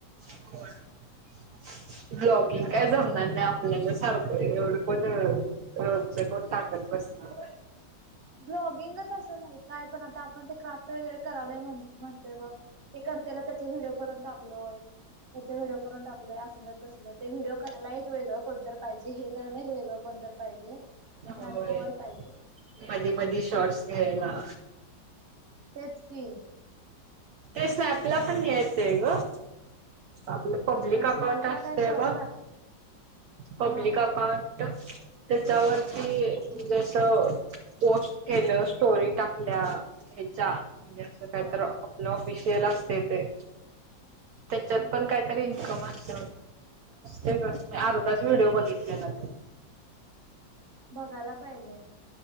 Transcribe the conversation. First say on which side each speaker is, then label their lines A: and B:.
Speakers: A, on the right; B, on the right.
A: <unintelligible> ब्लॉगिंग काय जमणार नाही आपल्याला सारखं एवढं कोण र कोण टा बसणार आहे.
B: ब्लॉगिंगच असं नाही काय पण आता आपण ते क्राफ्ट वगैरे करा म्हणतोय बघ ते करते. त्याचा व्हिडओ करून टाकलोय, त्या व्हिडिओ करून टाकय अस अस ते व्हिडिओ कराय एक वगळं कोतर पाहिजे <unintelligible> वेग कोण तरी पाहिजे.
A: होय
B: पॉवर पाहिजे
A: मधी मधी शॉर्ट्स घ्यायला.
B: तेच की,
A: ते स्नॅपला पण यायचंय ग, आपलं पब्लिक अकाउंट
B: स्नॅपला
A: असतय
B: काय शॉर्ट्स
A: ब
B: टाक
A: पब्लिक
B: हा
A: अकाउंट. त्याच्यावरती
B: हम्म
A: जस पोस्ट केलं स्टोरी टाकल्या ह्याच्या म्हणजे असं कायत
B: हा
A: विषय लागते ते त्याच्यात
B: हम्म
A: पण काहीतरी इन्कम अस त अर्धाच व्हिडिओ बघितले ना ते,
B: बघायला पाहिजे